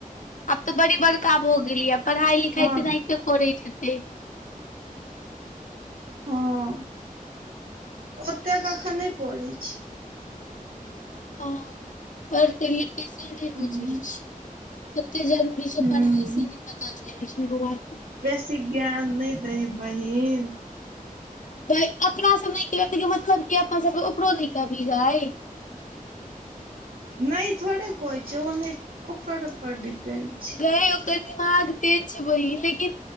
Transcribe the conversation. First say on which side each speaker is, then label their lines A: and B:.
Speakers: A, on the left; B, on the right.
A: आब तऽ बड़ी बड़का भ गेलैये। पढ़ाइ लिखाइ
B: हँ
A: तऽ नहिते करैत हेतै।
B: हँ, ओतेक अखैन नै पढ़ै छै।
A: हं, और पढ़ै मे की की नै बुझैत
B: हूँ
A: छी। कते जरूरी छै
B: हूँ
A: पढ़ाई से नहि पता चलैत छै बौआ के।
B: बेसी ज्ञान नै दही बहिन।
A: गै अपना समय मे नै रहै त मतलब कि ओकरो नै कभी होइ।
B: नहि थोड़े कोइ छौ ओ नहि ओकर पर डिपेंड छै।
A: त ओकर दिमाग तेज छै बहिन, लेकिन